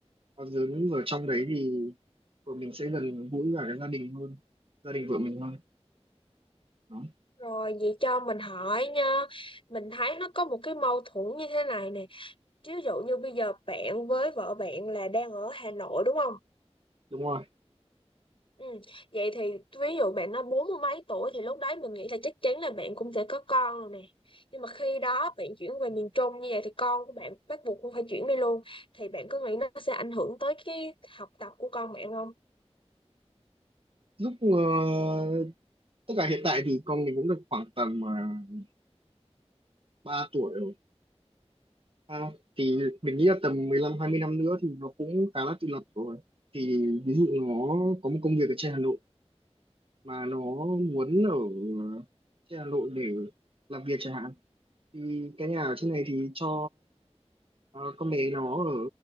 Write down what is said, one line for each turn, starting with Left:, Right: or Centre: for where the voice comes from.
Right: còn dưới ở trong đấy thì vợ mình sẽ gần gũi cả cái gia đình hơn gia đình vợ mình hơn Đó,
Left: rồi vậy cho mình hỏi nha mình thấy nó có một cái mâu thuẫn như thế này nè ví dụ như bây giờ bạn với vợ bạn là đang ở Hà Nội đúng không
Right: đúng rồi.
Left: Ừ. Vậy thì ví dụ bạn nói bốn mươi mấy tuổi thì lúc đấy mình nghĩ là chắc chắn là bạn cũng sẽ có con rồi nè. Nhưng mà khi đó bạn chuyển về miền Trung như vậy thì con của bạn bắt buộc cũng phải chuyển đi luôn. Thì bạn có nghĩ nó sẽ ảnh hưởng tới cái học tập của con bạn không?
Right: Lúc ờ, tức là hiện tại thì con mình cũng được khoảng tầm uh, 3 tuổi rồi. À, thì mình nghĩ là tầm 15 20 năm nữa thì nó cũng khá là tự lập rồi. Thì ví dụ nó có một công việc ở trên Hà Nội mà nó muốn ở ờ, trên Hà Nội để làm việc chẳng hạn thì cái nhà ở trên này thì cho ờ, con bé nó ở